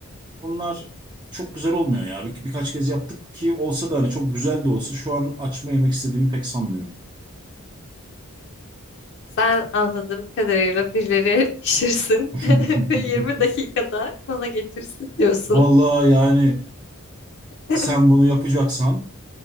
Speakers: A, on the right; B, on the left.
A: Bunlar çok güzel olmuyor ya. Bir, birkaç kez yaptık ki olsa da hani çok güzel de olsa şu an açma yemek istediğimi pek sanmıyorum.
B: Sen anladığım kadarıyla birileri <laughs> pişirsin
A: <laughs>
B: <laughs> ve 20 dakikada bana getirsin diyorsun.
A: Vallahi yani
B: <laughs>
A: sen bunu yapacaksan